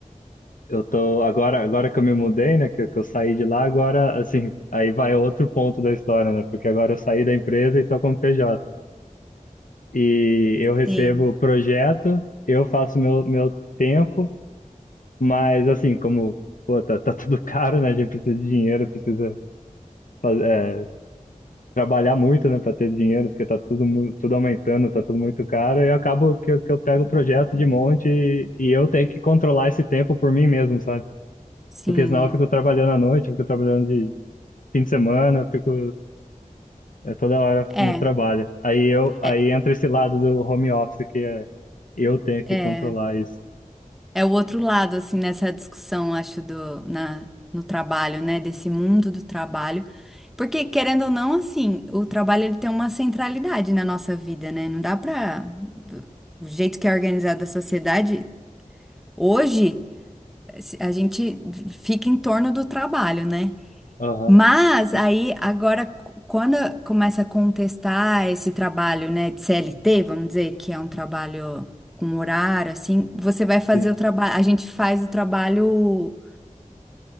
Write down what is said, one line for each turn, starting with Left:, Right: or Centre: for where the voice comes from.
Left: Eu tô. Agora, agora que eu me mudei, né? Que, que eu saí de lá, agora, assim, aí vai outro ponto da história, né? Porque agora eu saí da empresa e tô como PJ. E eu recebo
Centre: sim,
Left: projeto, eu faço meu, meu tempo, mas assim, como, pô, tá, tá tudo <laughs> caro, né? A gente precisa de dinheiro, precisa fazer. trabalhar muito, né, para ter dinheiro, porque tá tudo, mu- tudo aumentando, tá tudo muito caro, e eu acabo que, eu- que eu pego o projeto de monte e, e eu tenho que controlar esse tempo por mim mesmo, sabe?
Centre: sim.
Left: Porque senão eu fico trabalhando à noite, eu fico trabalhando de fim de semana, eu fico é, toda hora
Centre: É,
Left: no trabalho. Aí eu, aí
Centre: é,
Left: entra esse lado do home office que é eu tenho que
Centre: é,
Left: controlar isso.
Centre: é o outro lado, assim, nessa discussão, acho, do, na, no trabalho, né? Desse mundo do trabalho. Porque, querendo ou não, assim, o trabalho ele tem uma centralidade na nossa vida, né? Não dá pra. O jeito que é organizada a sociedade, hoje, a gente fica em torno do trabalho, né?
Left: Aham,
Centre: Mas
Left: sim,
Centre: aí agora quando começa a contestar esse trabalho, né, de CLT, vamos dizer, que é um trabalho com horário assim, você vai fazer
Left: sim.
Centre: o trabalho, a gente faz o trabalho